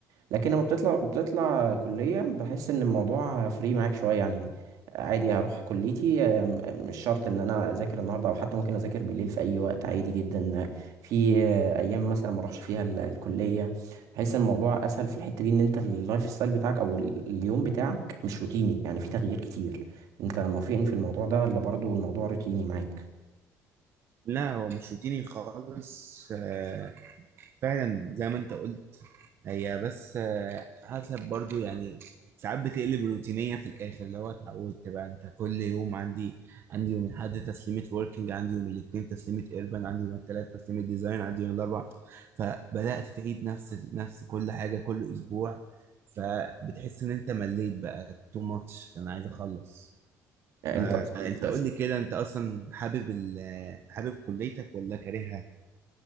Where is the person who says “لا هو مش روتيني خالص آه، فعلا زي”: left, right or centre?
Right